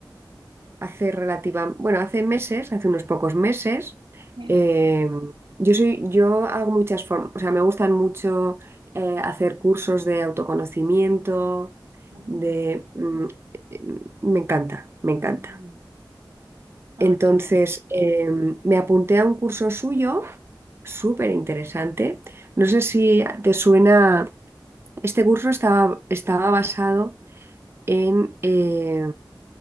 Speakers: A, on the right (about 30°); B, on the right (about 80°).
A: hace relativa, bueno, hace meses, hace unos pocos meses,
B: mira,
A: eh, yo soy, yo hago muchas formas, o sea, me gustan mucho eh, hacer cursos de autoconocimiento,
B: bueno,
A: de, mm, eh, me encanta, me
B: qué
A: encanta.
B: bueno. A
A: Entonces,
B: mí también.
A: eh, me apunté a un curso suyo, súper interesante. No sé si te suena, este curso estaba, estaba basado en, eh,